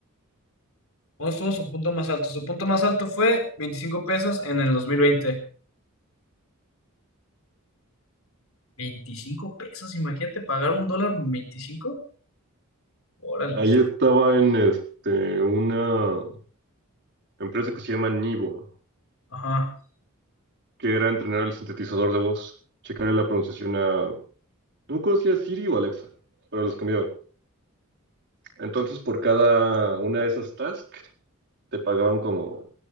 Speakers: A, on the left; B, on the right.
A: ¿Cómo estuvo su punto más alto? Su punto más alto fue 25 pesos en el 2020. 25 pesos, imagínate pagar un dólar 25. Órale.
B: Ahí estaba en este, una empresa que se llama Nivo,
A: Ajá.
B: que era entrenar el sintetizador de voz, checarle la pronunciación a, no conocía Siri o Alexa, pero los cambiaban. Entonces, por cada una de esas tasks, te pagaban como,